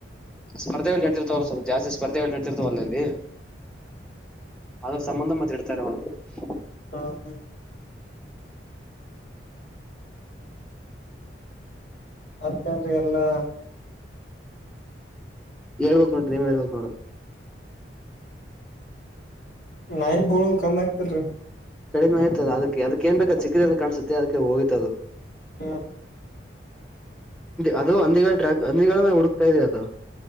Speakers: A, in the centre; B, on the left.
A: ಸ್ಪರ್ಧೆಗಳು ನಡ್ತಿರ್ತವಲ್ಲ ಸ್ವಲ್ ಜಾಸ್ತಿ ಸ್ಪರ್ಧೆಗಳು ನಡ್ತಿರ್ತವಲ್ಲಲ್ಲಿ ಆದ್ರೂ ಸಂಬಂಧ ಮತ್ತೆ ಇಡ್ತಾರೆ <unintelligible>
B: ಹಾ ಹಾ ಮತ್ತೇನ್ರಿ ಎಲ್ಲಾ
A: ಹೇಳ್ಬೇಕ್ ನೋಡ್ರಿ ನೀವ ಹೇಳ್ಬೇಕ್ ನೋಡ್ರ
B: ನಾಯಿ ಬೊಗಳೋದು ಕಮ್ಮಿ ಆಯ್ತಲ್ರಿ
A: ಕಡಿಮೆ ಆಯ್ತದಕ್ಕೆ ಅದಕ್ಕೇನ್ ಬೇಕ ಚಿದಿಂದ ಕಾಣಸುತ್ತೆ ಮತ್ತೆ ಅದಕ್ಕೆ ಹೋಯ್ತಧೂ
B: ಹ್ಮ
A: ಅದು ಅಂದಿ ಟ್ರ್ಯಾಕ್ ಹಂದಿಗಳನ್ನ ಹುಡುಕ್ತಾ ಇದೆ ಅದು